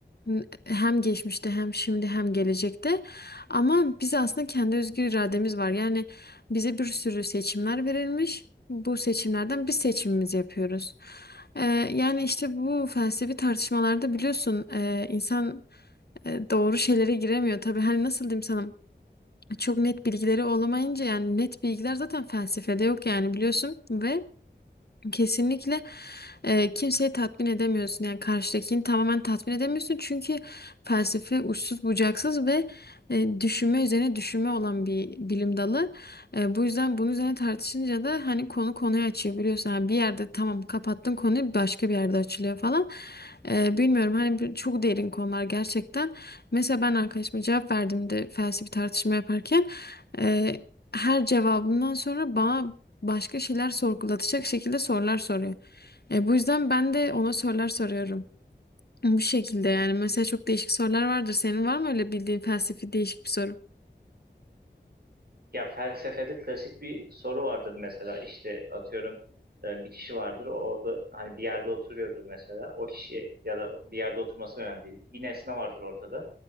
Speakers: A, on the left; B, on the right.
A: N- Hem geçmişte hem şimdi hem gelecekte. Ama biz aslında kendi özgür irademiz var. Yani bize bir sürü seçimler verilmiş. Bu seçimlerden biz seçimimizi yapıyoruz. Eee, yani işte bu felsefi tartışmalarda biliyorsun eee, insan e, doğru şeylere giremiyor. Tabii hani nasıl diyeyim sana? Çok net bilgileri olamayınca yani net bilgiler zaten felsefede yok yani biliyorsun ve Kesinlikle e, kimseyi tatmin edemiyorsun yani karşıdakini tamamen tatmin edemiyorsun çünkü felsefe uçsuz bucaksız ve e, düşünme üzerine düşünme olan bir bilim dalı. E, bu yüzden bunun üzerine tartışınca da hani konu konuyu açıyor biliyorsun Yani bir yerde tamam kapattın konuyu başka bir yerde açılıyor falan. E, bilmiyorum hani bir- çok derin konular gerçekten. Mesela ben arkadaşıma cevap verdiğimde felsefi tartışma yaparken e, her cevabından sonra bana başka şeyler sorgulatacak şekilde sorular soruyor. E, bu yüzden ben de ona sorular soruyorum. Bu şekilde yani mesela çok değişik sorular vardır. Senin var mı öyle bildiğin felsefi değişik bir soru?
B: Ya felsefede klasik bir soru vardır mesela işte atıyorum e, bir kişi vardır orada hani bir yerde oturuyordur mesela o kişi ya da bir yerde oturması önemli değil. Bir nesne vardır ortada.